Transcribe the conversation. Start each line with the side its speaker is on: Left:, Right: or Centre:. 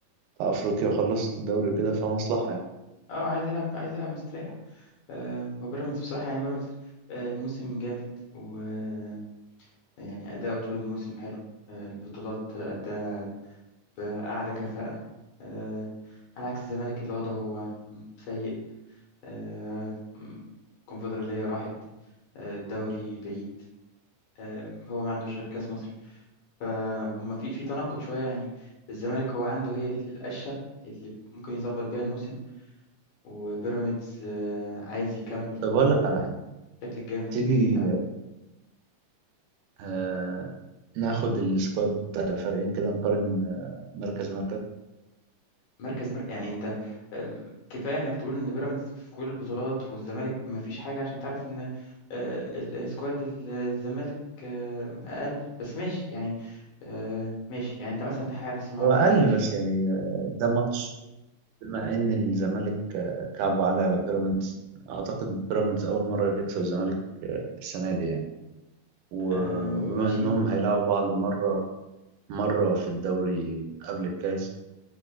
Right: بتاع أفريقيا وخلصت الدوري وكده فمصلحة يعني
Left: اه عايز يلعب عايز يلعب مستريح آه، وبيراميدز بصراحة يعني بيراميدز آه، الموسم جامد ويعني أداؤه طول الموسم حلو آه، البطولات أداها بأعلى كفاءة آه، على عكس الزمالك اللي وضعه سيء آه، الكونفدرالية راحت آه، الدوري بعيد آه، هو ما عندوش غير كأس مصر فهم في في تناقض شوية يعني الزمالك هو عنده هي دي القشة اللي ممكن يظبط بيها الموسم وبيراميدز آه، عايز يكمل
Right: طب أقول
Left: آه،
Right: لك على حاجة
Left: الشكل الجامد
Right: تيجي
Left: الموسم بتاعه
Right: آه، ناخد السكواد بتاع الفريقين كده نقارن آه، مركز مركز
Left: مركز مركز يعني انت أم، كفايه انك تقول ان بيراميدز في كل البطولات والزمالك ما فيش حاجه عشان تعرف ان آه، السكواد ال- الزمالك آه، اقل بس ماشي يعني آه، ماشي يعني انت مثلا حارس مرمى
Right: هو أقل
Left: شايف
Right: بس يعني آه، ده ماتش بما إن الزمالك آه، كعب عليه على بيراميدز أعتقد بيراميدز أول مرة يكسب الزمالك آه، السنة دي يعني و-
Left: آه، ماشي
Right: وبما إنهم هيلعبوا بعض مرة مرة في الدوري قبل الكاس